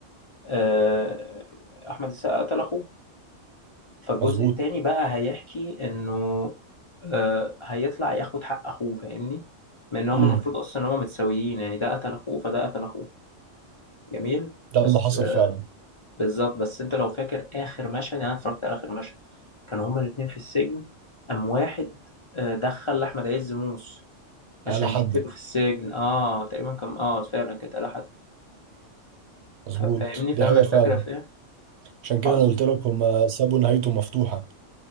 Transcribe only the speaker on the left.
آه، احمد السقا قتل اخوه فالجزء
التاني بقى هيحكي انه آه، هيطلع ياخد حق اخوه فاهمني من ان هما
المفروض اصلا ان هما متساويين يعني ده قتل اخوه فده قتل اخوه جميل
بس
آه،
بالظبط بس انت لو فاكر اخر مشهد يعني انا اتفرجت على اخر مشهد كانوا هما الاتنين في السجن قام واحد آه، دخل لاحمد عز موس عشان
يقتله في السجن اه تقريبا كان اه فعلا كانت قال حد
ف- فاهمني
فاهم
الفكره
في ايه
فأظن